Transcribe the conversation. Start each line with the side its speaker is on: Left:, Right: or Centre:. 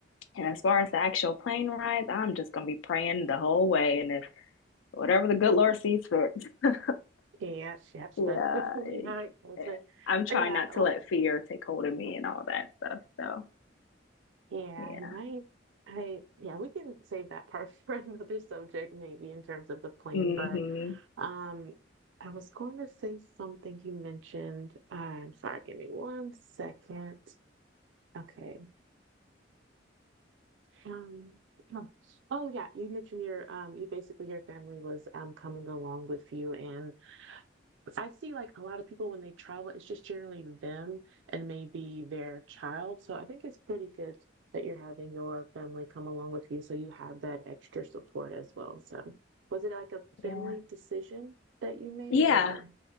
Left: and as far as the actual plane rides, I'm just gonna be praying the whole way and if whatever the good Lord sees fit. <laughs>
Right: Yeah. Yeah.
Left: Yeah,
Right: That's <laughs> really
Left: like,
Right: how it goes.
Left: eh,
Right: But
Left: I'm trying
Right: yeah,
Left: not
Right: oh
Left: to let fear take hold of me and all that stuff. So,
Right: yeah,
Left: yeah,
Right: and I I yeah, we can save that part <laughs> for another subject maybe in terms of the plane,
Left: hmm
Right: but um I was going to say something you mentioned. I'm sorry, give me one second. Okay, Um, oh oh, yeah, you mentioned your um you basically your family was um coming along with you and I see like a lot of people when they travel, it's just generally them and maybe their child. So I think it's pretty good that you're having your family come along with you so you have that extra support as well. So was it like a family
Left: yeah,
Right: decision that you made
Left: yeah.
Right: or